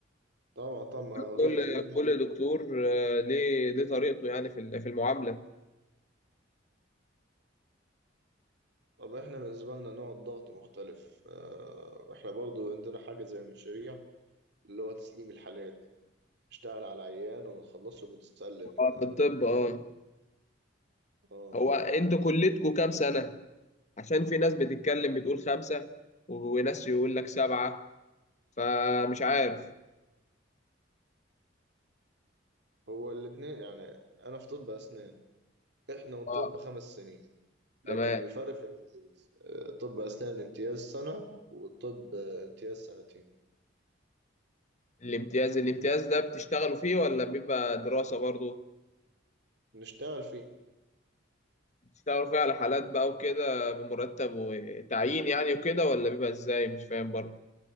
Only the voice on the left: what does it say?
كل
كل دكتور آه، ليه ليه طريقته يعني في ال- في المعامله
اه
في الطب اه
هو انتوا كلتكم كام سنه عشان في ناس بتتكلم بتقول خمسه وناس يقول لك سبعه فمش عارف
اه
تمام
الامتياز الامتياز ده بتشتغلوا فيه ولا بيبقى دراسة برضو
بتشتغلوا فيه على حالات بقى وكده بمرتب وتعيين يعني وكده ولا بيبقى ازاي مش فاهم برضو